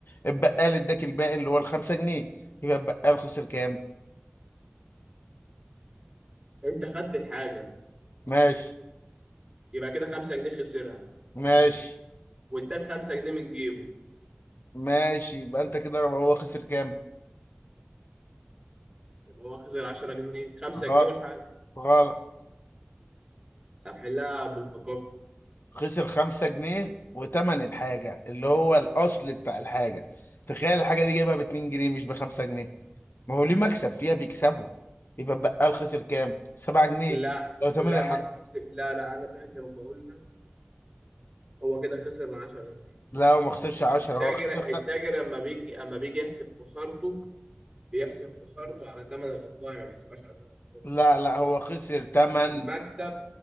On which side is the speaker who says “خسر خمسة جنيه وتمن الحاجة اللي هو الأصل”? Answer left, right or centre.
Left